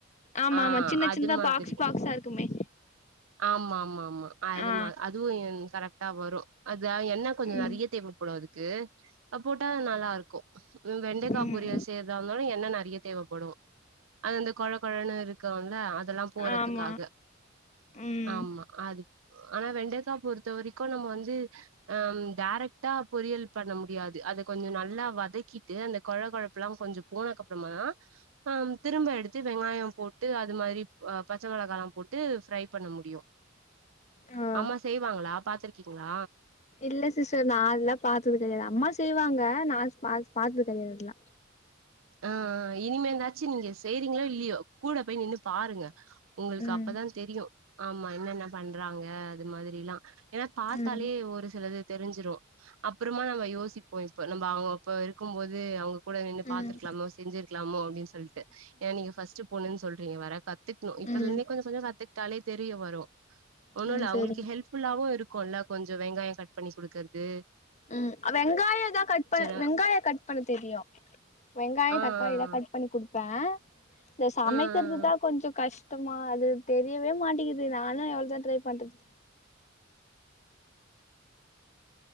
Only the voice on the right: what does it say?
ஆ
அது
மாதிரி
ஆமாமாமா அதுமா
அதுவு இந் கரெக்டா வரு அதா எண் ண்ணெ கொஞ்சோ
நெறையத் தேவப்படு அதுக்கு அது போட்டா நல்லாருக்கு வெ வெண்டக்காப்
பொரியல் செய்ரதாருந்தாலு எண்ணெ நெறையத் தேவப்படு அது அந்த கொழ கொழனுருக் க்குல்ல அதெலாம் போறதுக்காக
ஆமா அதுக் ஆனா வெண்டக்கா பொறுத்த வரைக்கு நம்ம வந்து அம் டேரக்ட்டா பொரியல் பண்ண முடியாது அத கொஞ்சோ நல்லா வதக்கிட்டு அந்தக் கொழ கொழப்புலாங் கொஞ்சப் போனக்கப்றமாதா அம் திரும்ப எடுத்து வெங்காயம் போட்டு அது மாரிப் ஆ பச்ச மெளகாலாம் போட்டு ஃப்ரைப் பண்ண முடியு
அம்மா செய்வாங்களாப் பாத்துருக்கீங்ளா
அ அ இனிமேனாச்சு நீங்க செய்றீங்ளோ இல்லியோ கூட போய் நின்னுப் பாருங்க உங்கள்க்கு
அப்பதாந் தெரியு ஆமா என்னென்ன பண்றாங்க அது மாதிரிலா எனாப் பாத்தாலே
ஒரு சிலது தெரிஞ்சிரு அப்புறமா நம்ம யோசிப்போ இப்ப நம்ம அங்க அப்ப இருக் க்கும் போது அவுங்கக் கூட நின்னுப் பாத்துருக்லாமோ
செஞ்சிருக்லாமோ அப்டின்னு சொல்ட்டு எனா நீங்க ஃபஸ்ட்டுப் பொண்ணுன் சொல்றீங்க வேற கத் த்துக்ணு இப்பலருந்தே
கொஞ்சோ கொஞ்சோ கத்துக்ட்டாலேத் தெரிய வரு ஒன்னுல்ல
அவுங்குள்க்கு ஹெல்ப் ஃபுல்லாவு இருக்குல்ல கொஞ்சோ வெங்காயோ கட் பண்ணி குடுக்கற்து
நேரோ
ஆ
ஆ ஆ
ஆ ஆ